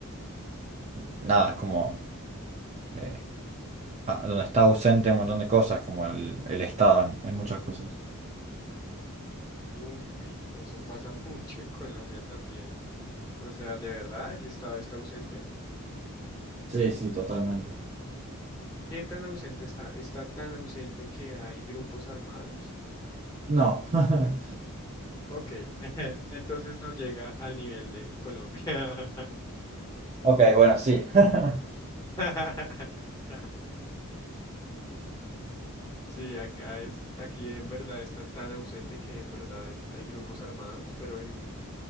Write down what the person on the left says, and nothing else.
uy, eso pasa <laughs> mucho en Colombia también. O sea, de verdad, el Estado está ausente.
¿Qué tan ausente está? Está tan ausente que hay grupos armados.
Ok, <laughs> entonces no llega al nivel de Colombia.
<laughs> Sí, acá es, aquí en verdad está tan ausente que en verdad en- hay grupos armados, pero en